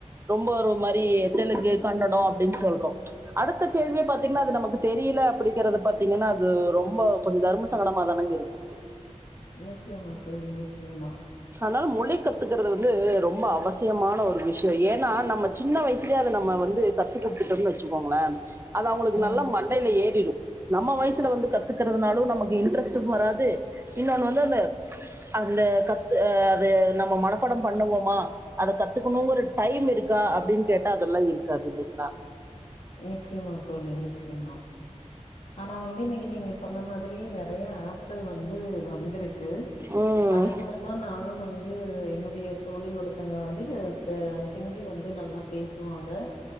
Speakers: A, on the right; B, on the left.
A: ரொம்ப ஒரு மாரி தெலுங்கு கன்னடோ ப்பிடின் சொல்றோ அடுத்த கேள்வியே பாத்தீங்கன்னா அது நமக்கு தெரியல அப்டிங்கிறது பாத்தீங்கன்னா அது ரொம்ப கொஞ்ச தரும சங்கடமா தானங்க இருக்கு
B: நிச்சயமா தோழி நிச்சயமா
A: அனால மொழி கத்துக்கறத வந்து ரொம்ப அவசியமான ஒரு விஷ்யோ ஏன்னா நம்ம சின்ன வயசுலயே அத நம்ம வந்து கத்துக்குடுத்துட்டம் வச்சுக்கோங்கள அது அவங்களுக்கு
B: ம்
A: நல்லா மண்டையில ஏறிரு நம்ம வயசுல வந்து கத்துக்கறதுனாலு நமக்கு இன்ட்ரெஸ்டு வராது இன்னொன்னு வந்து அந்த அந்த க து அது நம்ம மனப்பாடம் பண்ணுவோமா அத கத்துக்கணுங்கற டைம் இருக்கா அப்டின்னு கேட்டா அதெல்லா இருக்காது இல்லிங்களா
B: நிச்சயமா தோழி நிச்சயமா ஆனா வந்து இன்னிக்கு நீங்க சொன்ன மாதிரி நெறைய ஆப்பிள் வந்து வந்திருக்கு
A: ம்
B: அதன் மூலமா நானு வந் ந்து என்னுடைய தோழி ஒருத்தங்க வந்து த ஹிந்தி வந்து நல்லா பேசுவாங்க